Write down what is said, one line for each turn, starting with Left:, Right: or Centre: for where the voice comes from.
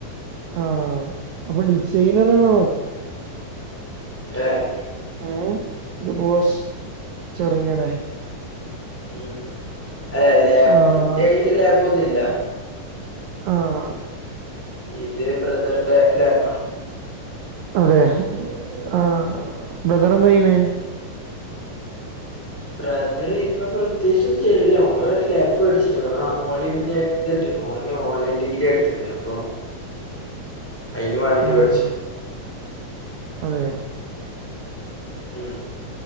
Right: ആഹ് അപ്പൊ ഡിസൈനറാണൊ <unintelligible>
Centre: ഏഹ്
Right: ഏഹ് ഇത് പോസ് <unintelligible>
Centre: ഉം അതെ ലാപ്പ്
Right: ആഹ്
Centre: ഇന്റെ കയ്യില് ലാപ്പൊന്നും ഇല്ല
Right: ആഹ്
Centre: ഇത് ബ്രദറ്ന്റെ ലാപ്പാ
Right: അതെ ആഹ് ബ്രദറെന്താ ചെയ്യണെ
Centre: ബ്രദറിപ്പൊ പ്രത്യേകിച്ചു ഒന്നും ചെയ്യണില്ല ഓന് ഒരു ലാപ്പ് വേടിച്ചു ഓൻ അക്കൗണ്ടിങ്ങിന്റെ <unintelligible> ഓന് ഓൺലൈൻ ഡിഗ്രി എട്ത്ത്ക്കണ് അപ്പൊ അതിന് വേണ്ടിട്ട്
Right: ആഹ്
Centre: മേടിച്ചു
Right: അതെ
Centre: മ്ഹ്